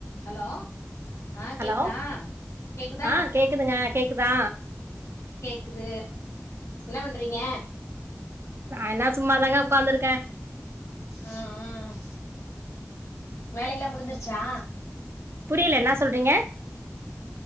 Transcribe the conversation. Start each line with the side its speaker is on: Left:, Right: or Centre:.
Left: Hello ஆ
Right: hello
Left: கேக்குதா கேக்குதா
Right: ஆ கேக்குதுங்க கேக்குதா
Left: கேக்குது என்ன பண்றீங்க
Right: நான சும்மாதாங்க உக்காந்துருக்கே
Left: ம் ம் வேலையெல்லா முடிஞ்சிருச்சா
Right: புரில என்ன சொல்றீங்க